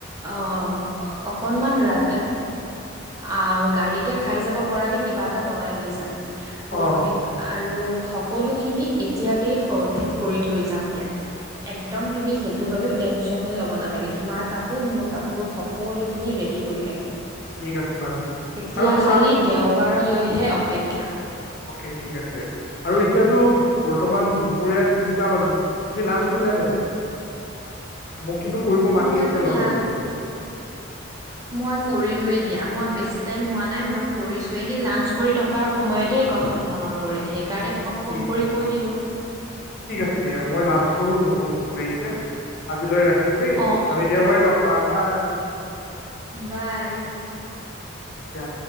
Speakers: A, on the right; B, on the left.
A: আ অকনমান ৰা অ গাড়ীতে খাই যাব পৰাকে কিবা এটা বনাই লৈ যাম সৰুকে
B: অ
A: আৰু সকলোখিনি এতিয়াতে ঠিক কৰি থই যাম দিয়া। একদম সেইটো বাবে টেনচন লব নালাগে। তোমাৰ কাপোৰ মোৰ কাপোৰ কাপোৰ সকলোখিনি ৰেডি কৰি ৰাখিম
B: ঠিক আছে বাৰু
A: এতিয়া
B: আৰু শুনা
A: খালি দেওবাৰলৈহে অপেক্ষা
B: অকে ঠিক আছে আৰু এতিয়াতো বৰ্তমান দুপৰীয়া তিনটা বাজিল তুমি লাঞ্চ কৰিলা নাই মোক কিন্তু কৰিব
A: মইতো
B: মাতি আছে লগৰবোৰে
A: লান মই কৰিলোৱে দিয়া মই বেছি টাইম হোৱা নাই মই কৰিচো হে লাঞ্চ কৰি থকা সময়তে কথাটো মনত পৰিল সেইকাৰণে তোমাক ফোন
B: ঠিক
A: কৰি
B: আছে
A: কৈ দিলো
B: ঠিক আছে দিয়া মই লাঞ্চ কৰো মোৰ বহুত ভোক লাগিছে আজিলৈ ৰাখিছো দেই
A: অ
B: আমি
A: অ
B: দেওবাৰে লগ পাম বাই
A: বাই
B: কা